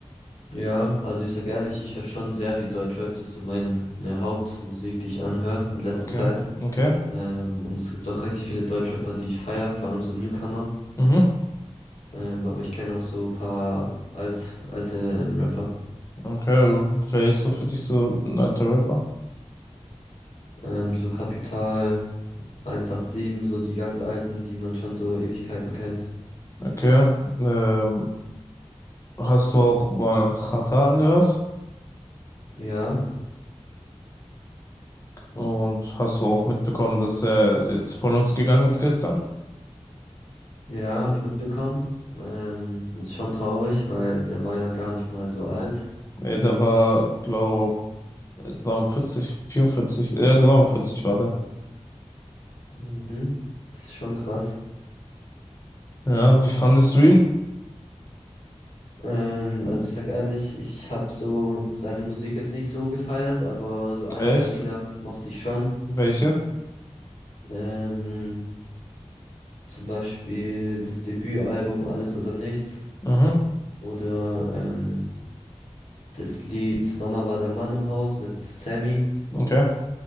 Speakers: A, on the left; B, on the left.
A: Ja, also ich sag ehrlich, ich höre schon sehr viel Deutschrap. Das ist so meine Hauptmusik, die ich anhöre in letzter
B: Okay,
A: Zeit.
B: okay.
A: Ähm, und es gibt auch richtig viele Deutschrapper, die ich feier, vor allem so Newcomer.
B: Mhm.
A: Ähm, aber ich kenne auch so paar alt, alte ähm, Rapper.
B: Okay, wer ist so für dich so ein alter Rapper?
A: Ähm, so Capital, 187, so die ganz alten, die man schon so Ewigkeiten kennt.
B: Okay. Ähm, hast du auch mal Xatar angehört?
A: Ja,
B: Und hast du auch mitbekommen, dass er jetzt von uns gegangen ist gestern?
A: ja, habe ich mitbekommen. Ähm, ist schon traurig, weil der war ja gar nicht mal so alt.
B: Äh, der war, glaub, äh, 43, 44, äh, 43 war der.
A: Mhm. Das ist schon krass.
B: Ja, wie fandest du ihn?
A: Ähm, also ich sag ehrlich, ich habe so seine Musik jetzt nicht so gefeiert, aber so ein,
B: Echt?
A: zwei Lieder mochte ich schon.
B: Welche?
A: Ähm, zum Beispiel das Debütalbum Alles oder Nichts
B: Mhm.
A: oder ähm, das Lied Mama war der Mann im Haus mit Sammy.
B: Okay.